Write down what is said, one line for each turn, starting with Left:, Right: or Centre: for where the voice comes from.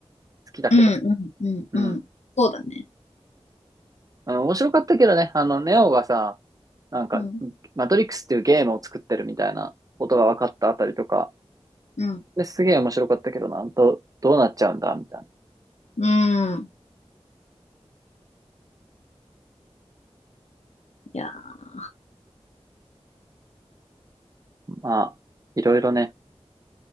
Right: 好きだけど。
Left: うん、うん、うん、
Right: うん。
Left: うん。そうだね。
Right: あの、面白かったけどね、あの、ネオがさ、なんか、
Left: うん。
Right: マトリックスっていうゲームを作ってるみたいなことが分かったあたりとか、
Left: うん。
Right: ですげえ面白かったけどな、ど、どうなっちゃうんだ、みたい
Left: うん。いやー、
Right: な。まあ、いろいろね。